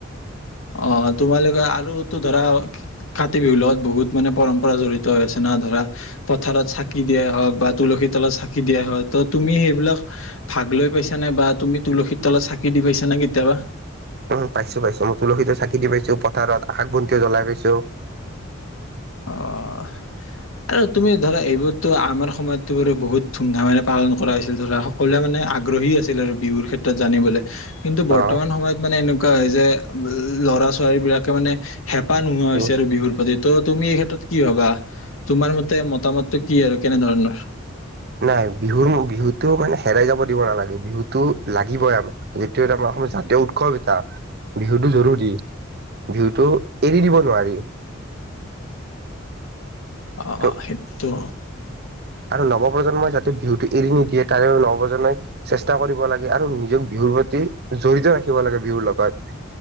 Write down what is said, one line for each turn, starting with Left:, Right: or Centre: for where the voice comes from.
Left: অ তোমালোকে আলু তো ধৰা কাতি বিহু লগত বহুত মানে পৰম্পৰা জড়িত হৈ আছে, না ধৰা পথাৰত চাকি দিয়াই হওঁক বা তুলসীৰ তলত চাকি দিয়া হয় ত তুমি সেইবিলাক ভাগ লৈ পাইছা নে, বা তুমি তুলসীৰ তলত চাকি দি পাইছা নে কেতিয়াবা?
Right: উম, পাইছো পাইছো, মই তুলসীৰ তলত চাকি দি পাইছো, পথাৰত আকাশ বন্তিও জ্বলাই পাইছো।
Left: অঁ। আৰু তুমি ধৰা এইবোৰতো আমাৰ সময়তটো বাৰু বহুত ধুমধামেৰে পালন কৰা হৈছিল ধৰা সকলোৱে মানে আগ্ৰহী আছিল আৰু বিহুৰ ক্ষেত্ৰত জানিবলৈ, কিন্তু বৰ্তমান
Right: অ
Left: সময়ত মানে এনেকুৱা হয় যে উ ল'ৰা ছোৱালী বিলাকে মানে হেঁপাহ নোহোৱা হৈছে
Right: উম
Left: আৰু বিহুৰ প্ৰতি। ত' তুমি এই ক্ষেত্ৰত কি ভাবা, তোমাৰ মতে মতামতটো কি আৰু কেনেধৰণৰ?
Right: নাই, বিহু বিহুটো মানে হেৰাই যাব দিব নালাগে, বিহুটো লাগিবই আমাক। সেইটোৱে আৰু সমস্যা বিহুটো আমাৰ অসমত জাতীয় উৎসৱ এটা, বিহুটো জৰুৰী। বিহুটো এৰি দিব নোৱাৰি।
Left: অঁ
Right: ত
Left: সেইটো।
Right: আৰু নৱপ্ৰজন্মই যাতে বিহুটো এৰি নিদিয়ে, তাৰেও নৱপ্ৰজন্মই চেষ্টা কৰিব লাগে, আৰু নিজক বিহুৰ প্ৰতি জড়িত ৰাখিব লাগে বিহুৰ লগত।